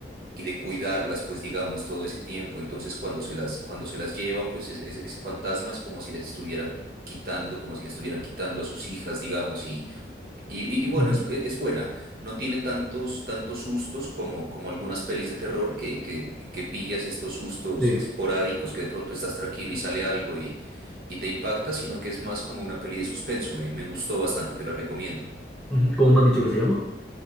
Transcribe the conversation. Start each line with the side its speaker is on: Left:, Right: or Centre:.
Right: y de cuidarlas, pues digamos, todo ese tiempo. Entonces cuando se las, cuando se las llevan, pues es- es- ese fantasma es como si les estuvieran quitando, como si les estuvieran quitando a sus hijas, digamos, y y, y- y bueno,
Centre: Ujú.
Right: es, es buena. No tiene tantos, tantos sustos como, como algunas pelis de terror que, que, que pillas estos sustos
Centre: Sí.
Right: esporádicos, que de pronto estás tranquilo y sale algo y, y te impacta, sino que es más como una peli de suspenso. Me, me gustó bastante, te la recomiendo.
Centre: Ujú. ¿Cómo me han dicho que se llama?